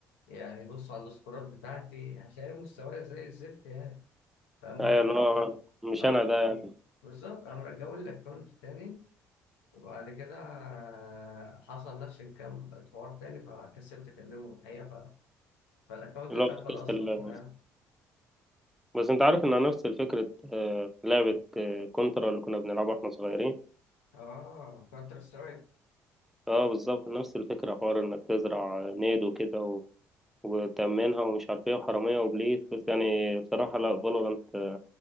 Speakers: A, on the left; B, in the centre.
A: يعني بصوا على السكورات بتاعتي هتلاقي مستواي زي الزفت يعني فقام
B: ايوه
A: رج-
B: اللي هو مش
A: أو-
B: انا ده يعني
A: بالظبط قام رجعوا لي الاكونت تاني وبعد كده آه، حصل نفس الكلام الحوار تاني فكسلت أكلمه الحقيقة ف... فالأكونت
B: اللي
A: اتقفل
B: هو فكست
A: أصلا
B: اللعبه
A: فاهم
B: بس انت عارف انها نفس فكره آه، لعبه آه، كونترا اللي كنا بنلعبها واحنا صغيرين
A: اه كونتر سترايك
B: اه بالظبط نفس الفكرة حوار انك تزرع نيد وكده و... وتأمنها ومش عارف ايه وحرامية وبليت بس يعني بصراحة لا فالورانت